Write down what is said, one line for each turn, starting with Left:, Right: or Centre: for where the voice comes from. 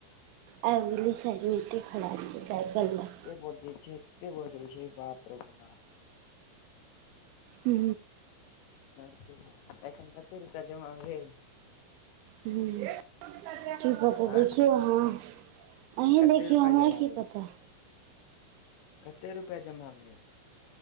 Right: आबि गेलै सामने एतेक खेलाय छैय साइकिल लग
Left: एतेक बजैय छैय एतैय बजैय छय बाप रौ बाप
Right: हु
Left: आओ एखन कतेक रुपया जमा भेल
Right: हू ठिक कऽ क
Left: आँ
Right: देखियौ अहाँ अहीं
Left: कते
Right: देखियौ
Left: रुपआ
Right: हमरा
Left: जमा
Right: की
Left: भेल
Right: पता
Left: कते रुपैआ जमा भेल